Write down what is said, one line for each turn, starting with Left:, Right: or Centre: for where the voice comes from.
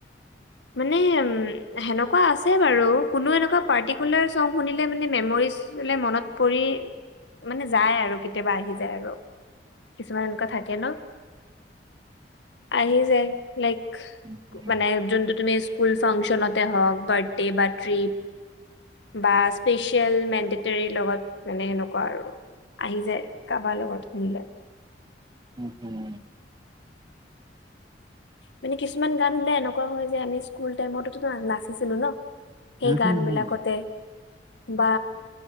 Left: মানে উ সেনেকুৱা আছে বাৰু কোনো এনেকুৱা পাৰ্টিকুলাৰ চং শুনিলে মানে মেমৰিজ মনত পৰি মানে যায় আৰু কেতিয়াবা আহি যায় আৰু কিছুমান এনেকুৱা থাকে ন আহি যাই লাইক
Right: উম
Left: মানে যোনটো তুমি স্কুল ফাংচনতে হওক বাৰ্থডে বা ট্ৰিপ বা স্পেচিয়েল মেন্ডেটেৰি লগত মানে সেনেকুৱা আৰু আহি যায় কাৰোবাৰ লগত শুনিলে
Right: উম হুম
Left: মানে কিছুমান গান হে এনেকুৱা হয় যে আমি স্কুল টাইমতো নাচিছিলো ন সেই
Right: হুম,
Left: গান
Right: হুম, হুম,
Left: বিলাকতে বা